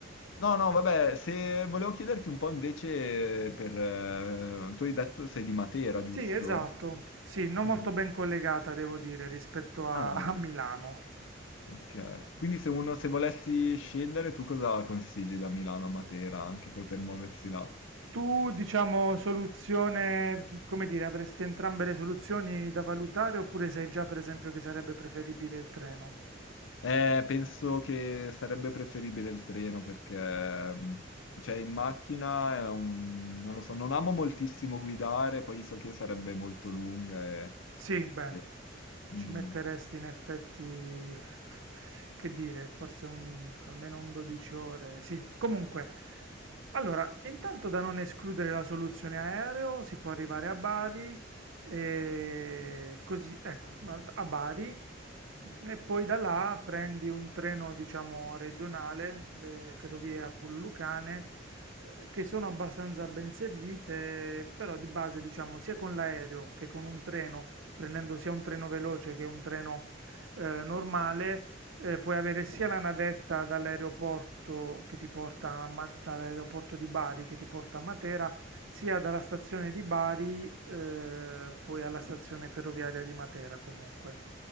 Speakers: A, on the left; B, on the right.
A: no, no, vabbè, se volevo chiederti un po' invece per... eh, tu hai detto sei di Matera, giusto?
B: Sì, esatto, sì, non molto
A: Mm.
B: ben collegata, devo dire, rispetto a,
A: Ah.
B: a Milano.
A: Ok. Quindi se uno, se volessi scendere, tu cosa consigli da Milano a Matera, anche poi per muoversi là?
B: Tu, diciamo, soluzione, come dire, avresti entrambe le soluzioni da valutare oppure sai già, per esempio, che sarebbe preferibile il treno?
A: Eh, penso che sarebbe preferibile il treno perché, mh, cioè, in macchina è un... non lo so, non amo moltissimo guidare, poi so che sarebbe molto lunga e...
B: Sì, beh,
A: Sì.
B: ci
A: Mm.
B: metteresti in effetti, che dire, forse un- almeno un 12 ore. Sì, comunque, allora, intanto da non escludere la soluzione aereo, si può arrivare a Bari, e così, ecco, a a Bari, e poi da là prendi un treno, diciamo, regionale, le ferrovie appulilucane, eh, che sono abbastanza ben servite, però di base, diciamo, sia con l'aereo che con un treno prendendo sia un treno veloce che un treno eh, normale, eh, puoi avere sia la navetta dall'aeroporto che ti porta a Ma- dall'aeroporto di Bari che ti porta a Matera, sia dalla stazione di Bari eh, poi alla stazione ferroviaria di Matera comunque.